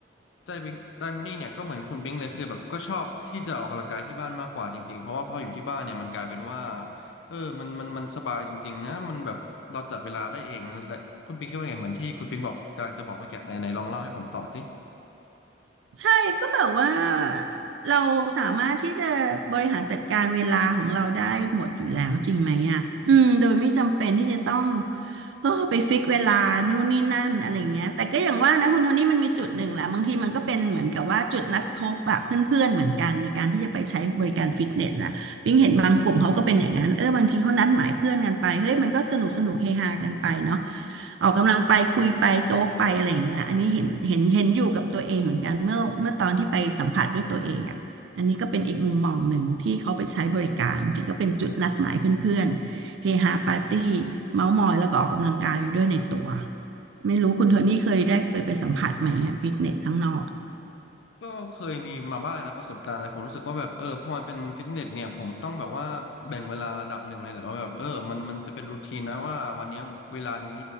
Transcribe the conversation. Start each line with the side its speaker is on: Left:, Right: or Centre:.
Left: ใจบิงใจโทนี่เนี่ยก็เหมือนคุณบิงเลยคือแบบก็ชอบที่จะออกกำลังกายที่บ้านมากกว่าจริงๆเพราะว่าพออยู่ที่บ้านเนี่ยมันกลายเป็นว่าเออมันมันมันสบายจริงๆนะมันแบบเราจัดเวลาได้เองนะและคุณบิงคิดว่าไงเหมือนที่คุณบิงบอกกำลังจะบอกเมื่อกี้ไหนไหนลองเล่าให้ผมต่อสิ
Right: ใช่ก็แบบว่าเราสามารถที่จะบริหารจัดการเวลาของเราได้หมดอยู่แล้วจริงไหมอ่ะอืมโดยไม่จำเป็นที่จะต้องเออไปฟิกเวลานู่นนี่นั่นอะไรเงี้ยแต่ก็อย่างว่านะคุณโทนี่มันมีจุดหนึ่งแหละบางทีมันก็เป็นเหมือนกับว่าจุดนัดพบอะเพื่อนๆเหมือนกันในการที่จะไปใช้บริการฟิตเนสนะปิงเห็นบางกลุ่มเขาก็เป็นอย่างนั้นเออบางทีเขานัดหมายเพื่อนกันไปเฮ้ยมันก็สนุกสนุกเฮฮากันไปเนาะ ออกกำลังไปคุยไปโจ๊กไปอะไรอย่างเงี้ยอันนี้เห็นเห็นเห็นอยู่กับตัวเองเหมือนกันเมื่อเมื่อตอนที่ไปสัมผัสด้วยตัวเองอ่ะอันนี้ก็เป็นอีกมุมมองหนึ่งที่เขาไปใช้บริการที่ก็เป็นจุดนัดหมายเพื่อนๆเฮฮาปาร์ตี้เมาท์มอยแล้วก็ออกกำลังกายอยู่ด้วยในตัวไม่รู้คุณโทนี่เคยได้เคยไปสัมผัสไหมอะฟิตเนสข้างนอก
Left: ก็เคยมีมาบ้างนะประสบการณ์อะไรผมรู้สึกว่าแบบเออพอมันเป็นฟิตเนสเนี่ยผมต้องแบบว่าแบ่งเวลาระดับหนึ่งเลยแหละว่าแบบเออมันมันจะเป็นรูทีนนะว่าวันเนี้ยเวลานี้